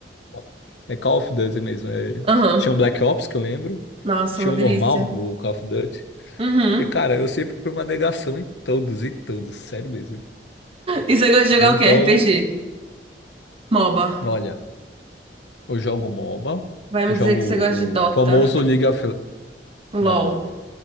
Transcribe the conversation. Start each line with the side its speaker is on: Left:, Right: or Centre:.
Left: Ó, É Call of Duty mesmo. é.
Right: Aham.
Left: Tinha um Black Ops que eu lembro.
Right: Nossa,
Left: Tinha
Right: é uma
Left: um
Right: delícia.
Left: normal do Call of Duty.
Right: Uhum.
Left: E, cara, eu sempre fui uma negação em todos e todos, sério mesmo.
Right: E você gosta de jogar
Left: Aí, Então,
Right: o quê? RPG? MOBA.
Left: olha, eu jogo MOBA,
Right: Vai me
Left: eu jogo
Right: dizer que você gosta de Dota.
Left: o famoso League of...
Right: LOL.
Left: Não,